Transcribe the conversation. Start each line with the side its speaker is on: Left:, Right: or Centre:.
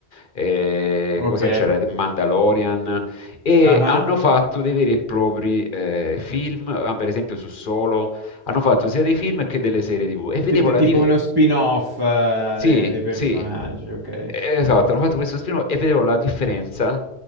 Left: eh,
Right: ok,
Left: cosa c'era? Mandalorian, e
Right: ah, ah.
Left: hanno fatto dei veri e propri eh, film, ah, per esempio su Solo, hanno fatto sia dei film che delle serie TV. E vedevo
Right: Ti- ti-
Left: la
Right: Tipo
Left: diversità.
Right: uno spin-off, eh,
Left: Sì,
Right: de- dei personaggi,
Left: sì,
Right: ok.
Left: eh, esatto, hanno fatto questo spin-off e vedevo la differenza